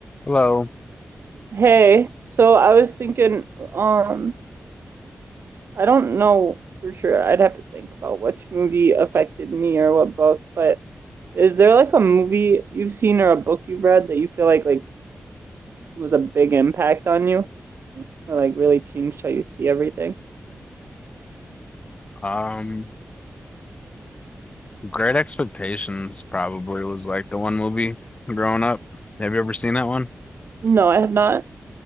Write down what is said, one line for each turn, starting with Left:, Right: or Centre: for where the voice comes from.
Left: Hello.
Right: Hey, so I was thinking, um, I don't know for sure. I'd have to think about which movie affected me or what book, but is there like a movie you've seen or a book you've read that you feel like like was a big impact on you or like really changed how you see everything?
Left: Um, Great Expectations probably was like the one movie growing up. Have you ever seen that one?
Right: No, I have not.